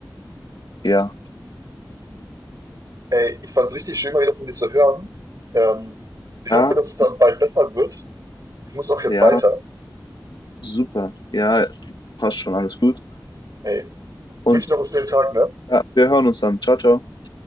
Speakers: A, on the left (about 70°); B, on the right (about 50°).
A: ja,
B: Ey, ich fand's richtig schön, mal wieder von dir zu hören. Ähm, ich
A: ja,
B: hoffe, dass es dann bald besser wird. Ich muss auch jetzt
A: ja,
B: weiter.
A: super. Ja, passt schon, alles gut.
B: Ey, ich
A: Und
B: wünsche dir noch einen schönen Tag, ne?
A: ja, wir hören uns dann. Ciao, ciao.